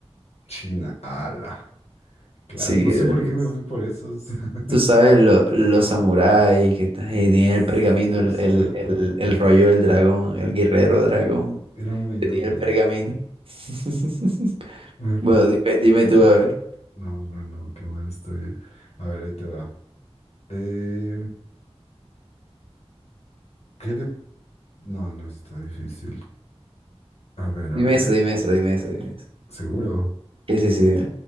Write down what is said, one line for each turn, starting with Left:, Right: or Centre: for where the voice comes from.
Left: China, ala. Claro,
Right: Sí,
Left: no
Right: de
Left: sé por
Right: los-
Left: qué me fui por esos. <laughs>
Right: tú sabes lo- los samuráis que están ahí, tienen
Left: Sí,
Right: el pergamino, el,
Left: es cierto.
Right: el, el, el rollo del dragón, el guerrero dragón
Left: Era muy
Right: que
Left: obvio.
Right: tiene el pergamino. <laughs>
Left: Me fui.
Right: Bueno,
Left: p-
Right: dime, dime tú, a ver.
Left: No, no, no, qué mal estoy. eh. A ver, ahí te va. Eh, ¿qué de... No, no, eso está difícil. A ver, a
Right: Dime
Left: ver.
Right: eso, dime eso, dime eso, dime eso.
Left: Seguro.
Right: Sí, sí, sí, dime.